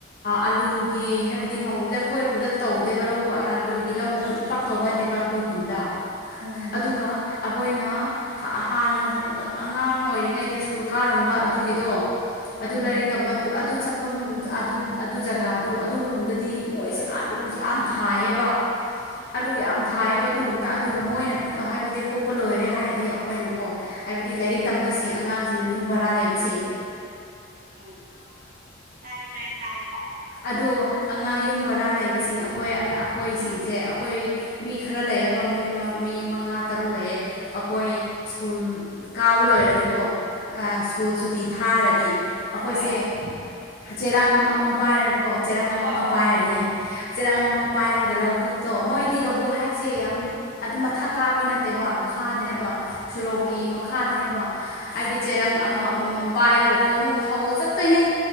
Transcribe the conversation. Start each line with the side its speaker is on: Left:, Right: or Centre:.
Left: ꯑꯂꯨꯒꯤ ꯍꯥꯏꯕꯗꯤ ꯐꯪꯕꯗꯤ ꯑꯩꯈꯣꯏꯔꯣꯝꯗ ꯇꯧꯗꯦꯕ ꯂꯧ ꯑꯗꯨꯒꯤ ꯂꯧꯒꯨꯝꯕꯗꯤ ꯄꯥꯛ ꯇꯧꯒꯟꯗꯦꯕ ꯑꯩꯈꯣꯏ ꯈꯨꯟꯗ
Right: ꯎꯝ
Left: ꯑꯗꯨꯒ ꯑꯩꯈꯣꯏꯅ ꯍꯥꯟꯅ ꯑꯉꯥꯡ ꯑꯣꯏꯔꯤꯉꯩꯗ ꯁ꯭ꯀꯨꯜ ꯀꯥꯔꯝꯕ ꯑꯗꯨꯒꯤꯗꯣ ꯑꯗꯨ
Right: ꯎꯝ
Left: ꯂꯥꯏꯔꯤꯛ ꯇꯝꯕ ꯑꯗꯨ ꯑꯗꯨ ꯆꯠꯄ ꯑꯗꯨ ꯖꯒꯥꯗꯣ ꯑꯗꯨꯔꯣꯝꯗꯗꯤ ꯃꯣꯏꯁꯦ ꯑꯥꯂꯨꯁꯦ ꯌꯥꯝ ꯊꯥꯏꯌꯦꯕ
Right: ꯍꯣꯏ
Left: ꯑꯂꯨ ꯌꯥꯝ ꯊꯥꯏꯌꯦꯕ ꯑꯗꯨꯝ ꯑꯗꯨꯒ ꯃꯣꯏꯅ ꯍꯥꯏꯕꯗꯤ ꯈꯣꯛꯄ ꯂꯣꯏꯔꯦ ꯍꯥꯏꯔꯗꯤ ꯑꯩꯈꯣꯏꯅꯀꯣ ꯍꯥꯏꯕꯗꯤ ꯂꯥꯏꯔꯤꯛ ꯇꯝꯕꯁꯤ ꯑꯉꯥꯡꯁꯤꯡ ꯁꯤꯡꯤꯡ ꯌꯨꯝ ꯕꯔꯥ ꯂꯩꯕꯕꯁꯤ
Right: ꯎꯝ ꯇꯥꯏ ꯇꯥꯏ ꯇꯥꯏ ꯇꯥꯏ
Left: ꯑꯗꯣ ꯑꯉꯥꯡ ꯌꯨꯝ ꯕꯔꯥ ꯂꯩꯕꯁꯤꯡ ꯑꯩꯈꯣꯏ ꯑꯩꯈꯣꯏꯁꯤꯡꯁꯦ ꯑꯩꯈꯣꯏ ꯃꯤ ꯈꯔ ꯂꯩꯔꯕ ꯃꯣꯏ ꯃꯤ ꯃꯉꯥ ꯇꯔꯨꯛ ꯂꯩꯌꯦ ꯑꯩꯈꯣꯏ
Right: ꯎꯝ
Left: ꯁ꯭ꯀꯨꯜ ꯀꯥꯕ ꯂꯣꯏꯔꯗꯤꯀꯣ ꯁ꯭ꯀꯨꯜ ꯁꯨꯇꯤ ꯊꯥꯔꯗꯤ ꯑꯩꯈꯣꯏꯁꯦ
Right: ꯍꯣꯏ
Left: ꯆꯦꯔ ꯑꯃ ꯑꯃ ꯄꯥꯏꯔꯒ ꯀꯣ ꯆꯦꯔꯪ ꯑꯃ
Right: ꯍꯣꯏ
Left: ꯑꯃ
Right: ꯍꯣꯏ
Left: ꯄꯥꯏꯔꯅꯤ
Right: ꯍꯣꯏ
Left: ꯆꯦꯔꯥꯡ ꯑꯃ ꯄꯥꯏꯔꯒ ꯂꯧꯕꯨꯛꯇꯣ ꯃꯣꯏꯗꯤ ꯂꯧꯕꯨꯛ ꯍꯥꯏꯁꯦ ꯌꯥꯝ ꯑꯗꯨꯝ ꯃꯊꯛ ꯀꯥꯕꯤ ꯅꯠꯇꯦꯕ ꯃꯈꯥꯗꯅꯦꯕ
Right: ꯍꯣꯏ
Left: ꯁꯣꯔꯣꯛꯀꯤ
Right: ꯍꯣꯏ
Left: ꯃꯈꯥꯗꯅꯦꯕ ꯍꯥꯏꯕꯗꯤ
Right: ꯎꯝ
Left: ꯆꯦꯔꯪ ꯑꯃ ꯑꯃ ꯕꯥꯥꯏꯔꯒꯀꯣ ꯑꯃꯨꯛ ꯍꯧ ꯆꯠꯇꯣꯏꯅꯦ